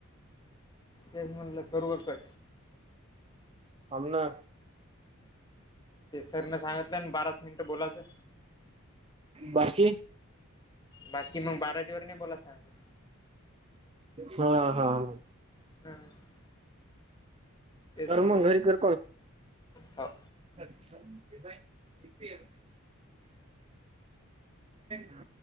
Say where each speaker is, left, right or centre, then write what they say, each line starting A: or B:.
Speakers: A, on the left; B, on the right.
A: तेस म्हणटलं करू कट
B: आमना
A: ते सरने सांगितलं बाराच मिनट बोलायचं
B: बाशी
A: बाकी मग बाराजी वर नाही बोला सांग
B: हा हा ह
A: हम
B: कर
A: म्हणलं
B: मग घरी करक
A: हो
B: अच्छा िझाईन ना